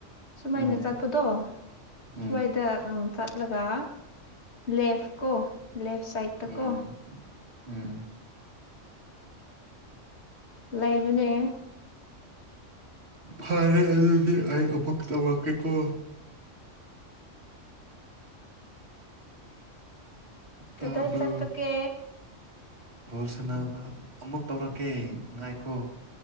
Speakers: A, on the left; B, on the right.
A: ꯁꯨꯃꯥꯏꯅ
B: ꯎꯝ
A: ꯆꯠꯄꯗꯣ
B: ꯎꯝ
A: ꯁ꯭ꯋꯥꯏꯗ ꯑꯥ ꯆꯠꯂꯒ ꯂꯦꯐ ꯀꯣ ꯂꯦꯐ ꯁꯥꯏꯠꯇꯀꯣ
B: ꯎꯝ ꯎꯝ
A: ꯂꯩꯕꯅꯦ
B: ꯐꯔꯦ ꯑꯗꯨꯗꯤ ꯑꯩ ꯑꯃꯨꯛ ꯇꯧꯔꯛꯀꯦꯀꯣ
A: ꯀꯗꯥꯥꯏ
B: ꯇꯥꯕ꯭ꯔꯣ
A: ꯆꯠꯇ ꯀꯦ
B: ꯕꯣꯜ ꯁꯥꯟꯅꯕ ꯑꯃꯨꯛ ꯇꯧꯔꯛꯀꯦ ꯉꯥꯏꯈꯣ